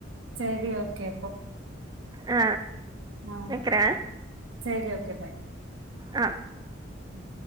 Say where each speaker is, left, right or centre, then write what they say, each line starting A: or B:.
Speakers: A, on the right; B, on the right.
A: சேரி ஓகே போ
B: ஆ
A: ஆ
B: வைக்கிறேன்
A: சேரி ஓகே பாய்
B: ஆ
A: ம்